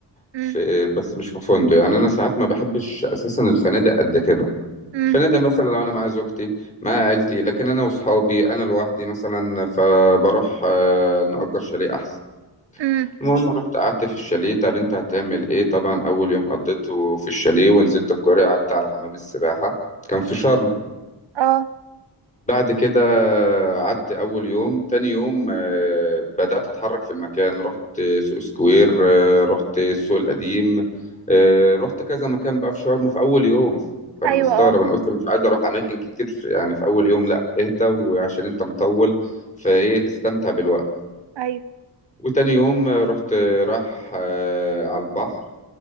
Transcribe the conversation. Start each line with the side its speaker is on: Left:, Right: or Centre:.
Left: في
Right: مم.
Left: بس مش في فندق يعني انا ساعات ما بحبش اساسا الفنادق قد كده
Right: مم.
Left: الفنادق مم. مثلا لو انا مع زوجتي مع عيلتي لكن انا واصحابي انا لوحدي مثلا فبروح آه، نأجر شاليه احسن
Right: مم.
Left: المهم رحت قعدت في الشاليه طب انت هتعمل ايه طبعا اول يوم قضيته في الشاليه ونزلت القرية قعدت على حمام السباحة كان في شرم
Right: اه
Left: بعد كده قعدت أول يوم تاني يوم آه، بدأت أتحرك في المكان رحت سوق سكوير آه، رحت السوق القديم آه، رحت كذا مكان بقى في شرم في أول يوم فأنا
Right: ايوه
Left: مستغرب
Right: اه
Left: أنا قلت مش عايز أروح أماكن كتير يعني في أول يوم لأ اهدى وعشان أنت مطول فإيه استمتع بالوقت
Right: ايوه
Left: وتاني يوم آه، رحت آه، راح آه، على البحر